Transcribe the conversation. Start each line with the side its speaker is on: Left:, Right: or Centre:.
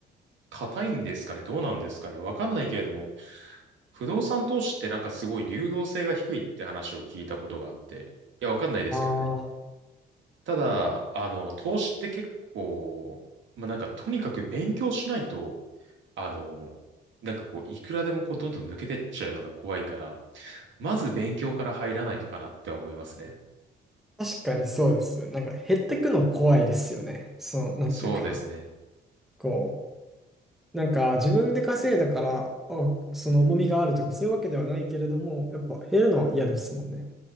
Right: 硬いんですかねどうなんですかねわかんないけれども、不動産投資ってなんかすごい流動性が低いって話を聞いたことがあって。いや、わかんないですけどね。
Centre: ああ
Right: ただ、あの、投資って結構、まあ、なんかとにかく勉強しないと、あの、なんかこう、いくらでもこう、どんどん抜けてっちゃうのが怖いから、まず勉強から入らないとかなっては思いますね。
Centre: 確かにそうです。なんか減ってくの怖いですよね。その、なんていうかな。
Right: そうですね。
Centre: こう、なんか自分で稼いだから、おその重みがあるとかそういうわけではないけれども、やっぱ減るのは嫌ですもんね。